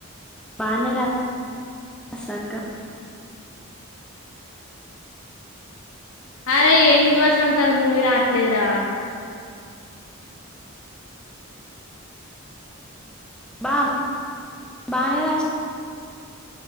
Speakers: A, in the centre; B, on the left (about 75°).
A: బానే రా సినా అక్క.
B: అరే ఎనిమిది వసంతాలు మూవీ రాట్లేదురా.
A: బాం బానే రాసి